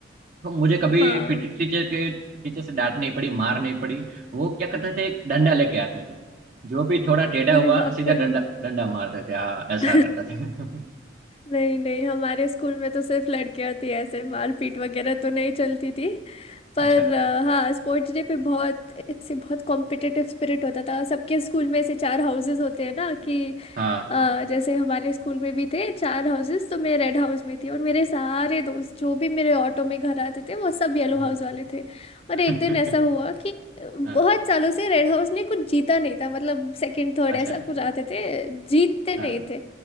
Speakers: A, on the right; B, on the left.
A: तो मुझे कभी
B: हाँ
A: पीटी टीचर के टीचर से डांट नहीं पड़ी मार नहीं पड़ी वो क्या करते थे एक डंडा लेके आते थे जो भी थोड़ा टेढ़ा
B: अरे
A: हुआ
B: बाप
A: सीधा
B: रे
A: डंडा डंडा मारते थे हाँ ऐसा
B: <laughs>
A: करते थे <laughs>
B: नहीं नहीं हमारे स्कूल में तो सिर्फ लड़कियां थी ऐसे मारपीट वगैरह तो नहीं चलती थी
A: अच्छा
B: पर अ, हाँ स्पोर्ट्स डे पे बहुत ऐसे बहुत कॉम्पिटिटिव स्पिरिट होता था सबके स्कूल में ऐसे चार हाउसेस होते हैं ना कि
A: हाँ
B: अ, जैसे हमारे स्कूल में भी थे चार हाउसेस तो मैं रेड हाउस में थी और मेरे सारे दोस्त जो भी मेरे ऑटो में घर आते थे वो सब येलो
A: जी
B: हाउस वाले थे और
A: <laughs>
B: एक दिन ऐसा हुआ कि बहुत
A: हाँ
B: सालों से रेड हाउस ने कुछ जीता नहीं था मतलब सेकंड थर्ड
A: अच्छा
B: ऐसा
A: है
B: कुछ आते थे जीतते नहीं
A: हाँ
B: थे